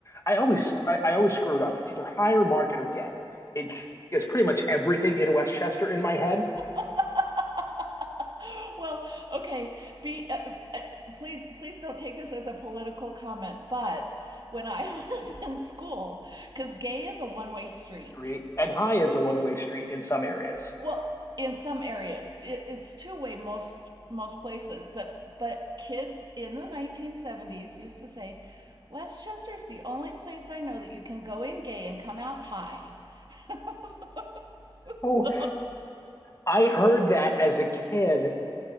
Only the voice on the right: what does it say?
<laughs> well, okay. Be uh, uh, please, please don't take this as a political comment. But when I <laughs> was in school, because gay is a one-way street.
Well, in some areas, it, it's two-way most most places. But but kids in the 1970s used to say, Westchester's the only place I know that you can go in gay and come out high. <laughs>
so,